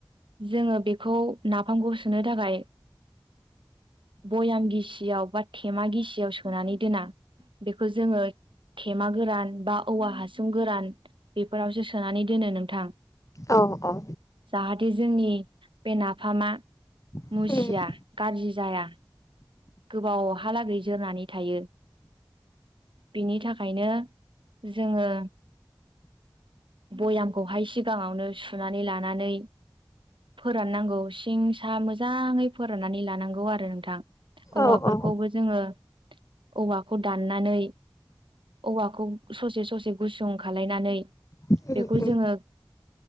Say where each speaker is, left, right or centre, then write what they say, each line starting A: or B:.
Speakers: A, on the right; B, on the left.
A: जोङो बेखौ नाफामखौ सोनो थाखाय बयाम गिसियाव बा थेमा गिसियाव सोनानै दोना बेखौ जोङो थेमा गोरान बा औवा हासुं गोरान बेफोरावसो सोनानै दोनो नोंथां
B: औ औ
A: जाहाथे जोंनि बे नाफामा
B: उम
A: मुसिया गाज्रि जाया। गोबावहालागै जोरनानै थायो। बिनि थाखायनो जोङो भयामखौहाय सिगाङावनो सुनानै लानानै फोराननांगौ सिं सा मोजाङै फोराननानै लानांगौ आरो नोंथां। औवाफोरखौबो
B: औ औ
A: जोङो औवाखौ दाननानै औवाखौ ससे ससे गुसुं खालायनानै
B: उम
A: बेखौ
B: उम
A: जोङो